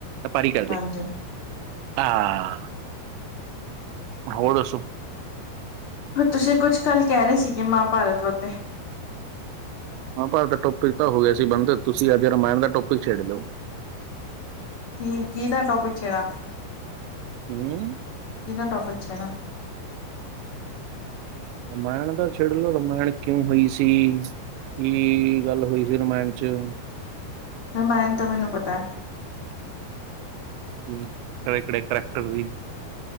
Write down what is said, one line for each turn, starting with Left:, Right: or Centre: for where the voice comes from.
Right: ਪਾਰੀ ਕਰਦੇ।
Left: ਹਾਂਜੀ
Right: ਹਾਂ, ਹੋਰ ਦਸੋ।
Left: ਤੁਸੀਂ ਕੁਛ ਕਲ ਕਹਿ ਰਹੇ ਸੀਗੇ ਮਹਾਭਾਰਤ ਵਤੇ।
Right: ਮਾਂਭਾਰਤ ਦਾ ਟੋਪਿਕ ਤਾਂ ਹੋ ਗਿਆ ਸੀ ਬੰਦ, ਤੁਸੀਂ ਅੱਜ ਰਾਮਾਇਣ ਦਾ ਟੋਪਿਕ ਛੇਡ ਲਓ।
Left: ਕੀ ਕਿਦਾ ਟੋਪਿਕ ਛੇੜਾ,
Right: ਹੂੰ
Left: ਕਿਦਾ ਟੋਪਿਕ ਛੇੜਾ।
Right: ਰਮਾਇਣ ਦਾ ਛੇਡਲਓ ਰਮਾਇਣ ਕਿਉਂ, ਹੋਈ ਸੀ? ਕੀ ਗੱਲ ਹੋਈ ਸੀ ਰਮਾਇਣ ਚ।
Left: ਰਾਮਾਇਣ ਤਾਂ ਮੈਨੂੰ ਪਤਾ ਹ।
Right: ਹ, ਕੇਦੇ ਕਿਦੇ ਕਰੈਕਟਰ ਸੀ।